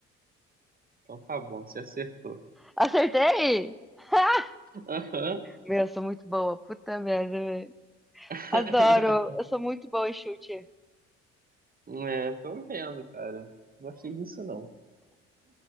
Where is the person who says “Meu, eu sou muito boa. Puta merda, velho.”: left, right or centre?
Centre